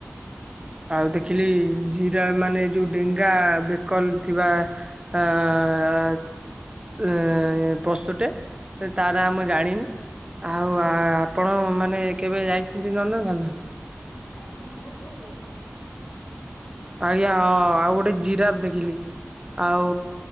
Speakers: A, on the right; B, on the left.
A: ଆଉ ଦେଖିଲି ଜିରା ମାନେ ଯୋଉ ଡେଙ୍ଗା ବେକ ଲ ଥିବା ଆଁ
B: ଆୟା
A: ଏଁ ପଶୁଟେ। ସେ ତା ନାଁ ମୁଁ ଜାଣିନି। ଆଉ ଆ-ଆପଣ ମାନେ କେବେ ଯାଇ ଚନ୍ତି ନନ୍ଦନକାନନ।
B: ଆୟା ମୁଁ ବହୁତ ଥର ଯାଇଛି।
A: ଆଜ୍ଞା ହଁ ଆଉ ଗୋଟେ ଜିରାପ୍ ଦେଖିଲି। ଆଉ